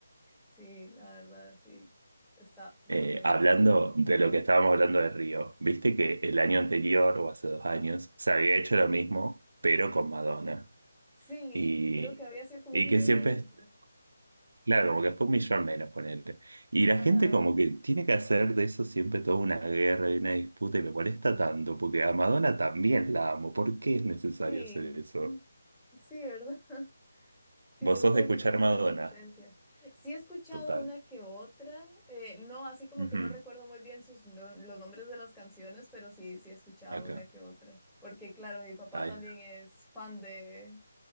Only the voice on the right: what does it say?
Eh,
hablando de lo que estábamos hablando de Río, viste que el año anterior o hace dos años se había hecho lo mismo pero con Madonna
y,
y
que siempre
Claro, porque fue un millón menos, ponerte. Y la
gente como que tiene que hacer de eso siempre toda una guerra y una disputa y me molesta tanto, porque a Madonna también la amo. ¿Por qué es necesario
hacer eso?
Vos
sos
de escuchar
Madonna,
total.
Ujú,
Acá.
Ay,